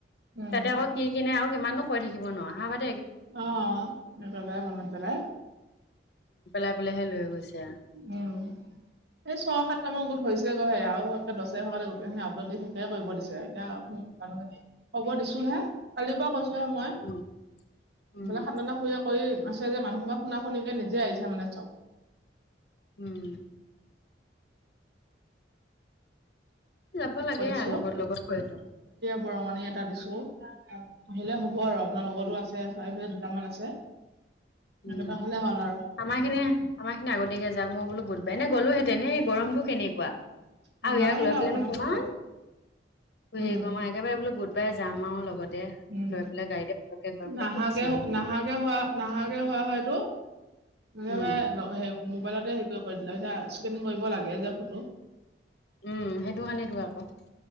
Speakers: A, on the right; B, on the left.
A: উম,
B: তাতে আকৌ কি কিনে আৰু কিমানো কৈ থাকিব ন অহা ভতি
A: অ একবাই মনত পেলাই।
B: <unintelligible> লৈ গৈছে আ
A: উম এই ছয় সাতটা মান গোট হৈছে গৈ হে আৰু <unintelligible> খিনি আপডট দি শেষে কৰিব দিছে এতিয়া মানুখিনি ক'ব দিছো হে কালিৰ পৰা কৈছো মই
B: উম উম
A: <unintelligible> কৈ আছে যে মানুহ সোপা শুনা শুনিকে নিজে আহিছে মানে চব।
B: উম। যাব লাগে
A: দিছো,
B: আ লগত লগত কৰি লওঁ
A: বৰঙণি এটা দিছো। আহিলে হ'ব আৰু আপোনালোকৰটো
B: উম
A: আছে, সেইফালে দুটামান আছে। সেনেকুৱা
B: উম
A: হ'লে হ'ল আৰু
B: আমাৰ খিনি, আমাৰ খিনি আগতীয়াকে যাওক, মই বোলো বুধবাৰ এনে গ'লো হে তেনে গৰমটো কেনেকুৱা?
A: উম,
B: আৰু
A: নালাগে
B: ইয়াক লৈ
A: দে
B: পেলাই
A: আপোনাক
B: নো কিমান
A: পিছত উম
B: হেৰি কৰ মই একেবাৰে বোলো একেবাৰে যাম আৰু লগতে
A: উম
B: লৈ পেলাই গাড়ীতে পতকে ঘৰ পেলাই
A: নাহাকে
B: বোলো গুচি আহিম
A: নাহাকে
B: তেতিয়া।
A: হোৱা নাহাকে হোৱা হয়টো <unintelligible> হে
B: উম
A: কৰি দিলো এতিয়া, স্কেনিং কৰিব লাগে যে ফটো।
B: উম সেইটো কাৰণেতো আকৌ।